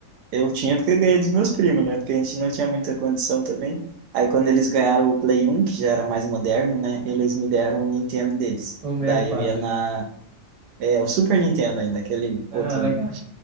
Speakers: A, on the right; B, on the right.
A: Eu tinha porque eu ganhei dos meus primos, né? Porque a gente não tinha muita condição também. Aí quando eles ganharam o Play 1, que já era mais moderno, né? Eles me deram o Nintendo deles.
B: O sessenta
A: Daí
B: e quatro
A: eu ia na... É, o Super Nintendo ainda, aquele
B: Ah,
A: outro.
B: legal.